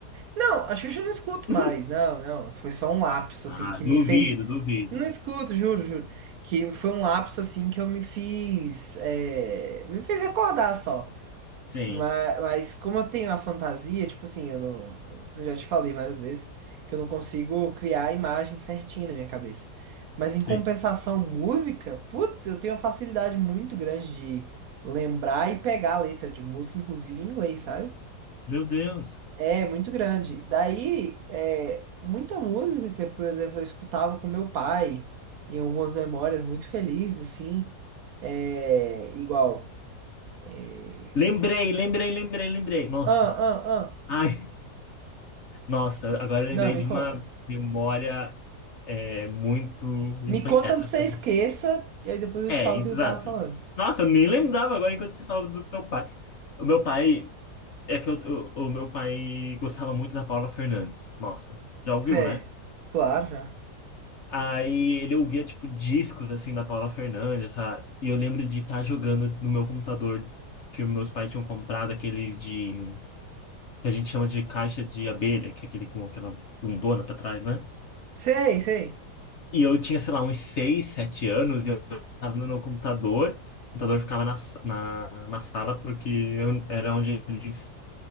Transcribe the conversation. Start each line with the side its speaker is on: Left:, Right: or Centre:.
Right: Não, a Xuxa eu não escuto
Left: <laughs>
Right: mais. Não, não. Foi só um lapso,
Left: Ah,
Right: assim, que me
Left: duvido,
Right: fez.
Left: duvido.
Right: Não escuto, juro, juro. Que foi um lapso, assim, que eu me fiz. é, Me fez recordar só.
Left: Sim,
Right: Mas, mas como eu tenho a fantasia, tipo assim, eu não. Eu já te falei várias vezes que eu não consigo criar a imagem certinha na minha cabeça. Mas
Left: sim.
Right: em compensação, música, putz, eu tenho uma facilidade muito grande de lembrar e pegar a letra de música, inclusive em inglês, sabe?
Left: Meu Deus.
Right: É, muito grande. Daí, é, muita música que, por exemplo, eu escutava com meu pai, em algumas memórias muito felizes, assim, é, igual. é,
Left: Lembrei, lembrei, lembrei, lembrei. Nossa.
Right: Ah, ah, ah.
Left: Ai, nossa, agora eu
Right: Não,
Left: lembrei
Right: me
Left: de
Right: conta.
Left: uma memória é muito
Right: Me
Left: infantil.
Right: conta
Left: Essa
Right: antes que
Left: foi.
Right: você esqueça, e aí depois eu
Left: É,
Right: te falo
Left: exato.
Right: o que eu tava falando.
Left: Nossa, eu nem lembrava agora enquanto você falava do teu pai. O meu pai. É que eu, eu- o meu pai gostava muito da Paula Fernandes. Nossa, já ouviu,
Right: Cê,
Left: né?
Right: é, claro, já.
Left: Aí ele ouvia, tipo, discos, assim, da Paula Fernandes, essa... e eu lembro de estar jogando no meu computador que os meus pais tinham comprado, aqueles de... que a gente chama de caixa de abelha, que é aquele com aquela bundona pra trás, né?
Right: Sei, sei.
Left: E eu tinha, sei lá, uns seis, sete anos, e eu tava no meu computador. O computador ficava na, sa- na, na sala, porque eu- era onde eles